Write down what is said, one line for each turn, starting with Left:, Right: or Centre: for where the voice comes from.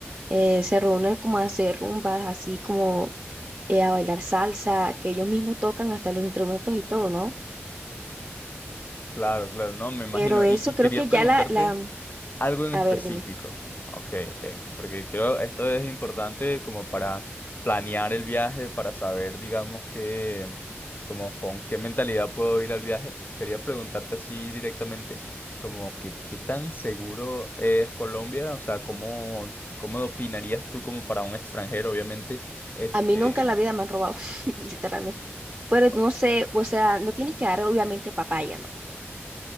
Right: eh, se reúnen como a hacer rumbas, así como eh, a bailar salsa, que ellos mismos tocan hasta los instrumentos y todo, ¿no?
Left: Claro, claro, no, me imagino.
Right: Pero eso
Left: Y, y
Right: creo
Left: quería
Right: que
Left: preguntarte,
Right: ya la, la,
Left: Algo en
Right: a
Left: específico.
Right: ver, dime,
Left: Ok, ok. Porque quiero, esto es importante como para planear el viaje, para saber, digamos, que, como con qué mentalidad puedo ir al viaje. Quería preguntarte así directamente, como que qué tan seguro es Colombia, o sea, cómo, cómo opinarías tú como para un extranjero, obviamente. Este,
Right: a mí nunca en la vida me han robado, <laughs> literalmente. Pero no
Left: o-
Right: sé, o sea, no tienes que dar obviamente papaya, ¿no?